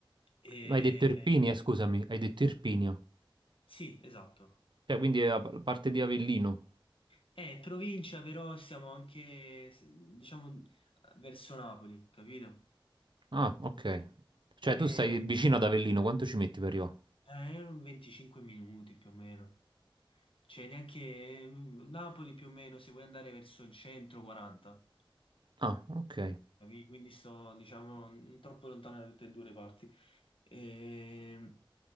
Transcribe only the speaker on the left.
e...
sì, esatto.
È provincia, però siamo anche, diciamo, verso Napoli, capito?
Eh,
Eh, erano 25 minuti più o meno. Cioè, neanche mm, Napoli più o meno, se vuoi andare verso il centro, 40.
Capi? Quindi sto, diciamo, non troppo lontano da tutte e due le parti. E...